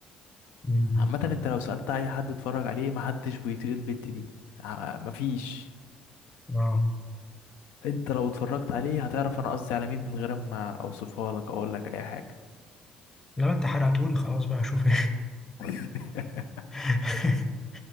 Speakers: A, on the left (about 15°); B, on the left (about 85°).
A: مم.
B: عامة انت لو سألت اي حد اتفرج عليه محدش بيطيق البت دي ع- مفيش
A: اه
B: انت لو اتفرجت عليه هتعرف انا قصدي على مين من غير ما اوصفها لك اقول لك اي حاجة
A: لما انت حرقتهولي خلاص بقى اشوف
B: <laughs>
A: <laughs>